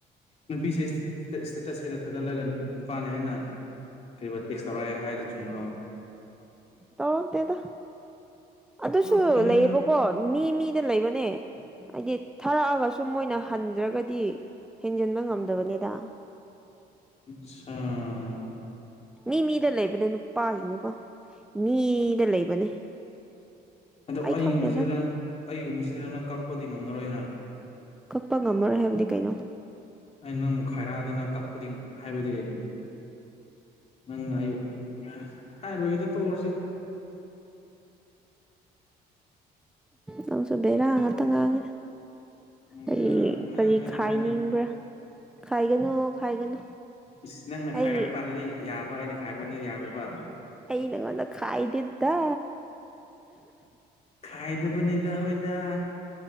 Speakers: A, on the left (about 40°); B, in the centre.
A: ꯅꯨꯄꯤꯁꯦ ꯏꯁꯇꯦꯇꯁ ꯍꯦꯟꯅ ꯊꯥꯒꯠꯂꯒꯅꯤ ꯅꯨꯄꯥꯅ ꯍꯦꯟꯅ ꯀꯔꯤꯨꯝ ꯇꯦꯛꯁ ꯇꯧꯔꯛꯑꯦ ꯍꯥꯏꯗꯨ ꯆꯨꯝꯃꯨꯔꯣ
B: ꯇꯧꯔꯛ ꯇꯦꯗ ꯑꯗꯨꯁꯨ
A: ꯇꯧꯔꯛꯇꯦꯗ
B: ꯂꯩꯌꯦꯕꯀꯣ ꯃꯤ ꯃꯤꯗ ꯂꯩꯕꯅꯦ ꯍꯥꯏꯗꯤ ꯊꯥꯔꯛꯑꯒ ꯁꯨꯝ ꯃꯣꯏꯅ ꯍꯟꯗ꯭ꯔꯒꯗꯤ ꯍꯦꯟꯖꯤꯟꯕ ꯉꯝꯗꯕꯅꯤꯗ
A: ꯑꯁꯆꯥꯥ
B: ꯃꯤ ꯃꯤꯗ ꯂꯩꯕꯅꯦ ꯅꯨꯄꯥꯁꯤꯡꯁꯨꯀꯣ ꯃꯤꯗ ꯂꯩꯕꯅꯦ
A: ꯑꯗꯣ
B: ꯑꯩ
A: ꯑꯩꯒꯨꯝꯕꯁꯤꯗꯤ
B: ꯈꯪꯗꯦꯗ ꯑꯗꯨꯗꯤ
A: ꯅꯪ ꯑꯩꯒꯨꯝꯕꯁꯤꯗ ꯅꯪ ꯀꯛꯄꯗꯤ ꯉꯝꯃꯔꯣꯏꯗꯅ
B: ꯀꯛꯄ ꯉꯝꯃꯔꯣꯏ ꯍꯥꯏꯕꯗꯤ ꯀꯩꯅꯣ
A: ꯑꯩ ꯅꯪꯕꯨ ꯈꯥꯏꯔꯛꯑꯗꯤ ꯅꯪ ꯀꯛꯄꯗꯤ ꯍꯥꯏꯕꯗꯤ ꯅꯪꯅ ꯑꯩꯕꯨ ꯍꯥꯏꯔꯣꯏꯗ ꯇꯣꯛꯔꯁꯤ
B: ꯅꯪꯁꯨ ꯕꯦꯔꯥ ꯉꯥꯛꯇ ꯉꯥꯡꯉꯤꯗ
A: ꯈꯪꯗꯦꯅ
B: ꯀꯔꯤ
A: ꯄꯪꯉꯥꯡꯉꯤꯗ
B: ꯀꯔꯤ ꯈꯥꯏꯅꯤꯡꯕ꯭ꯔꯥ
A: ꯍꯥꯏ ꯂꯩ
B: ꯈꯥꯏꯒꯅꯨ ꯈꯥꯏꯒꯅꯨ
A: ꯏꯁ ꯅꯪꯅ ꯈꯥꯏꯔꯛꯄ
B: ꯑꯩ
A: ꯀꯥꯟꯗꯗꯤ ꯌꯥꯕ ꯑꯩꯅ ꯈꯥꯏꯕ ꯀꯥꯟꯗꯗꯤ ꯌꯥꯗꯕ
B: ꯑꯩꯅ ꯅꯉꯣꯟꯗ ꯈꯥꯏꯗꯦꯗ
A: ꯈꯥꯏꯗꯕꯅꯤꯗ ꯍꯣꯏꯗ